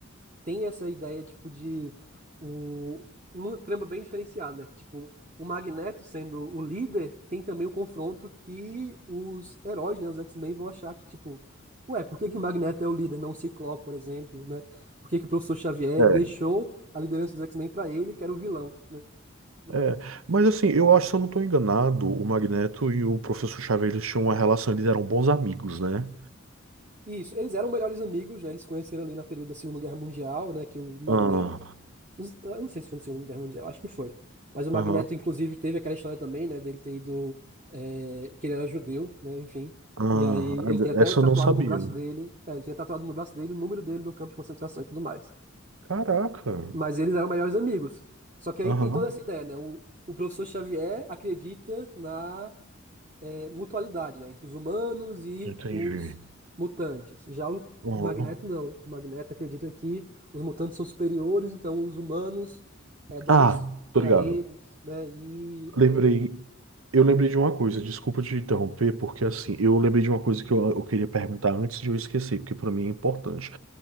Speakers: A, on the right (about 35°); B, on the right (about 85°).
A: tem essa ideia, tipo, de o, uma trama bem diferenciada, né? Que, tipo, o Magneto sendo o líder, tem também o confronto que os heróis, né, os X-Men vão achar que, tipo, ué, por que que o Magneto é o líder, não o Ciclope, por exemplo, né? Por que que o professor Xavier
B: É.
A: deixou a liderança dos X-Men pra ele, que era o vilão, né? Tudo
B: É,
A: mais.
B: mas assim, eu acho, se eu não estou enganado, o Magneto e o Professor Xavier eles tinham uma relação, eles eram bons amigos, né?
A: Isso, eles eram melhores amigos, né? Eles se conheceram ali na período da Segunda Guerra Mundial, né? Que o Magneto
B: Ah,
A: nos- eu não sei se foi na Segunda Guerra Mundial, acho que foi. Mas o Magneto,
B: aham,
A: inclusive, teve aquela história também, né, dele ter ido, é, que ele era judeu, né, enfim.
B: ah,
A: E aí ele tem até
B: essa
A: tatuado
B: eu não sabia.
A: no braço dele, é, ele tinha tatuado no braço dele o número dele do campo de concentração e tudo mais.
B: Caraca,
A: Mas eles eram melhores amigos. Só que aí
B: aham,
A: tem toda essa ideia, né? O, o professor Xavier acredita na é, mutualidade, né, entre os humanos e
B: entendi.
A: os mutantes. Já o
B: Aham.
A: Magneto não. O Magneto acredita que os mutantes são superiores, então os humanos é, devem
B: Ah,
A: se ter
B: tô ligado.
A: a eles, né? E
B: Lembrei,
A: é,
B: eu
A: isso.
B: lembrei de uma coisa, desculpa te interromper, porque assim, eu lembrei de uma coisa que eu, eu queria perguntar antes de eu esquecer, porque para mim é importante.